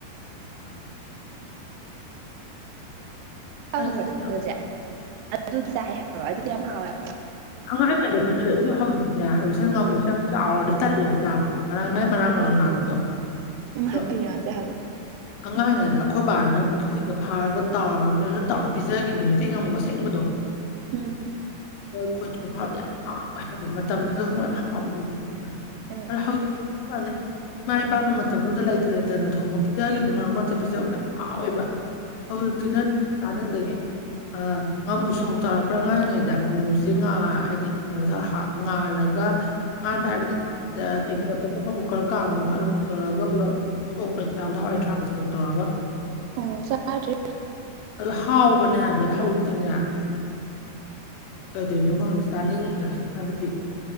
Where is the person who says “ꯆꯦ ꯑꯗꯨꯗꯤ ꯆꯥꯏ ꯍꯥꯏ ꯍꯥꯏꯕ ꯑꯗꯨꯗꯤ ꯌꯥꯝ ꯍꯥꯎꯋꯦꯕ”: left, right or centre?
Right